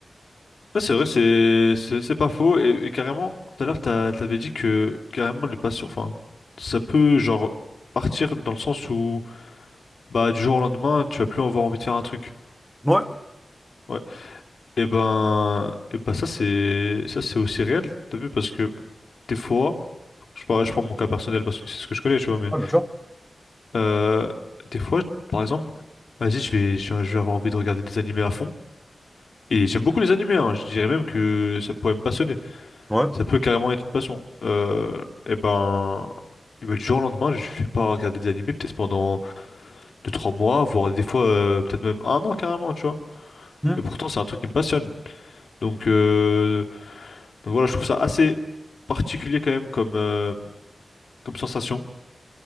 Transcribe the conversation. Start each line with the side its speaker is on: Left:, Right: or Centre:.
Left: Ouais, c'est vrai, c'est c'est c'est pas faux. Et, et carrément, tout à l'heure, t'as- t'avais dit que carrément les passions, enfin, ça peut genre partir dans le sens où bah du jour au lendemain, tu vas plus avoir envie de faire un truc.
Centre: Ouais,
Left: Ouais. Et ben, et ben ça c'est ça c'est aussi réel, t'as vu, parce que des fois, je parle, je prends mon cas personnel parce que c'est ce que je connais, tu vois, mais
Centre: Ouais, bien sûr.
Left: Euh, des fois, par exemple, vas-y, je vais, je, je vais avoir envie de regarder des animés à fond. Et j'aime beaucoup les animés, hein. Je dirais même que ça pourrait me passionner.
Centre: Ouais.
Left: Ça peut carrément être une passion. Euh, et ben, eh ben, du jour au lendemain, je vais pas regarder des animés peut-être pendant deux trois mois, voire des fois euh, peut-être même un an carrément, tu vois.
Centre: Hmm.
Left: Et pourtant, c'est un truc qui me passionne. Donc, euh, donc voilà, je trouve ça assez particulier quand même comme, euh, comme sensation.